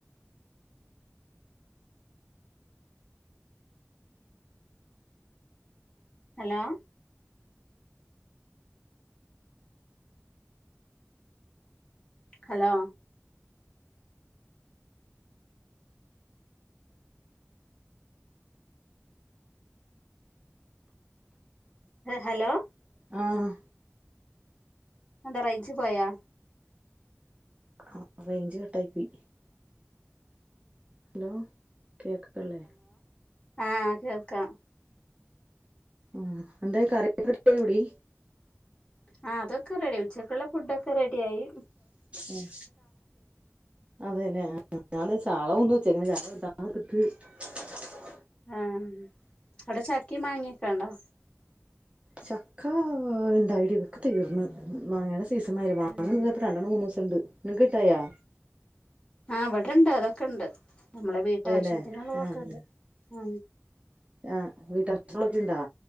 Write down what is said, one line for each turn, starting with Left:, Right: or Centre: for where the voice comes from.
Left: ഹലോ ഹലോ ഹലോ
Right: ആഹ്
Left: എന്താ റേയ്ച്ചു പോയാ.
Right: ആ റേഞ്ച് കട്ടായി പോയി. ഹലോ കേക്കകള്ളേ
Left: ആഹ കേൾക്കാം.
Right: ആ എന്തെ കറിക്ക് കിട്ടിയോടീ.
Left: ആ അതൊക്കെ റെഡി ഉച്ചക്കുള്ള ഫുഡൊക്കെ റെഡി ആയി.
Right: ഉം അതേല്ലേ ആ ഞങ്ങള് ചാള കൊണ്ടുവന്നു വെച്ചാക്കുന്നു ചാള വെട്ടണം. <unintelligible>
Left: ആഹ് അവിടെ ച ക്കയും മാങ്ങയുക്കെയുണ്ടോ?
Right: ചക്കാഉണ്ടായെടി ഒക്കെ തീർന്നു മാങ്ങേടെ സി സീസണ് ആയി വാങ്ങുന്നത്
Left: ഉം
Right: ഇപ്പോ രണ്ടണ്ണം മൂന്ന് ദിസം ഉണ്ട്. നിക്ക് കിട്ടായോ.
Left: ആഹ് ഇവിടെ ഇണ്ട് അതൊക്കെ ഇണ്ട്. നമ്മളെ വീട്ടാവശ്യത്തിനുള്ളതൊക്കെ
Right: അതെല്ലേ ആഹ്
Left: ഉണ്ട്. ആ
Right: ആഹ് <unintelligible> ളൊക്കെ ഇണ്ടോ?